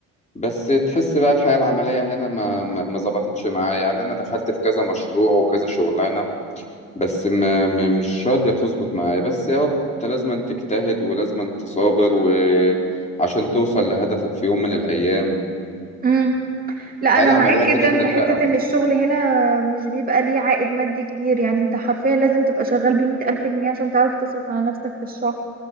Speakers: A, on the left; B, on the right.
A: بس تحس بقى الحياة العملية هنا ما ما ما ظبطتش معايا يعني أنا دخلت في كذا مشروع وكذا شغلانة بس ما ما- مش راضية تظبط معايا بس أهو أنت لازم تجتهد ولازم تصابر وعشان توصل لهدفك في يوم من الأيام
B: مم. لا
A: الحياة
B: انا
A: العملية
B: معاك
A: كده
B: جدا
A: كده
B: في
A: شقة
B: حتة ان الشغل هنا مش بيبقى ليه عائد مادي كبير يعني انت حرفيا لازم تبقى شغال بمئة الف جنيه عشان تعرف تصرف على نفسك في الشهر